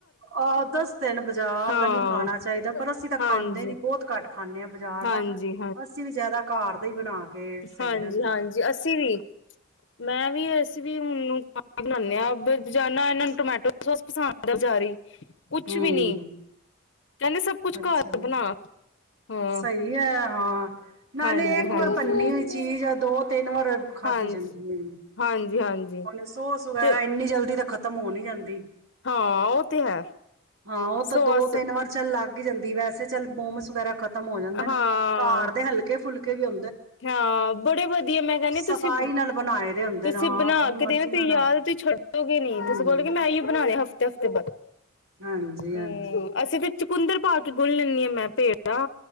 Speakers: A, on the right; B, on the left.
A: ਆਹੋ ਦੱਸ ਦਿਨ ਬਾਜ਼ਾਰ
B: ਹਾਂ
A: ਦਾ ਨਹੀਂ ਖਾਣਾ ਚਾਹੀਦਾ ਪਰ ਅਸੀਂ ਤਾਂ ਖਾਂਦੇ
B: ਹਾਂਜੀ
A: ਨੀ ਬਹੁਤ ਘੱਟ ਖਾਂਦੇ ਹਾਂ ਬਾਜ਼ਾਰ
B: ਹਾਂਜੀ
A: ਦਾ ਅਸੀਂ ਵੀ ਜ਼ਿਆਦਾ- ਘਰ ਦਾ ਹੀ ਬਣਾ ਕੇ ਸਹੀ
B: ਹਾਂਜੀ-ਹਾਂਜੀ
A: ਰਹਿੰਦਾ।
B: ਅਸੀਂ ਵੀ ਮੈਂ ਵੀ ਐਸ ਵੀ ਖ ਬਣਾਦੇ ਹਾਂ ਜਾਦਾ ਇਹਨਾਂ ਨੂੰ ਟੋਮੈਟੋ ਸੋਸ ਪਸੰਦ ਆ ਬਜ਼ਾਰੀ। ਕੁਛ
A: ਹੂੰ,
B: ਵੀ ਨੀ ਕਹਿੰਦੇ ਸਭ ਕੁਛ
A: ਅੱਛਾ
B: ਘਰ ਬਣਾ। ਹਾਂ
A: ਸਹੀ ਹੈ ਹਾਂ ਨਾਲੇ
B: ਹਾਂਜੀ
A: ਇੱਕ
B: ਹਾਂਜੀ
A: ਵਾਰ ਬੰਨੀ ਹੋ ਚੀਜ਼ ਆ ਦੋ ਤਿੰਨ ਵਾਰ ਖਾਧਦੀ
B: ਹਾਂਜੀ
A: ਜਾਂਦੀ ਹੈ
B: ਹਾਂਜੀ ਹਾਂਜੀ
A: ਨ ਸੋਸ ਵਗੈਰਾ
B: ਤੇ
A: ਇੰਨੀ ਜਲਦੀ ਤ ਖ਼ਤਮ ਹੋ ਨੀ ਜਾਂਦੀ
B: ਹਾਂ ਉਹ ਤੇ ਹੈ
A: ਹਾਂ ਉਹ ਤਾਂ
B: ਸੋਸ
A: ਦੋ ਤਿੰਨ ਵਾਰ ਚੱਲ ਲੱਗ ਜਾਂਦੀ ਵੈਸੇ ਚਲ ਬੋਮਸ ਵਗੈਰਾ ਖਤ ਖਤਮ ਹੋ ਜਾਂਦੇ ਨੇ
B: ਹਾਂ
A: ਕਾਰ ਦੇ ਹਲਕੇ ਫੁਲਕੇ ਵੀ ਆ
B: ਹਾਂ ਬੜੇ ਵਧੀਆ ਮੈਂ ਕਹਿੰਦੀ
A: ਸਫ਼ਾਈ
B: ਤੁਸੀਂ
A: ਨਾਲ ਬਣਾਏ ਦੇ ਹੁੰਦੇ
B: ਤੁਸੀਂ
A: ਨੇ ਹਾਂ
B: ਬਣਾ
A: ਆਪਣੀ ਮਰਜ਼ੀ
B: ਦੇ
A: ਨਾਲ
B: ਯਾਦ ਤੁਸੀਂ ਛੱਡੋਗੇ ਨੀ
A: ਹੂੰ
B: ਤੁਸੀਂ ਬੋਲੋਗੇ ਮੈਂ ਇਓ ਬਣਾ ਦ ਹਫ਼ਤੇ ਹਫ਼ਤੇ ਬਾਅਦ
A: ਹਾਂਜੀ ਹਾਂਜੀ
B: ਹਮ ਅਸੀਂ ਫ ਚਕੁੰਦਰ ਪਾ ਕੇ ਗੁਣ ਲੈਂਦੀ ਹਾਂ ਮੈਂ ਭੇੜ ਆ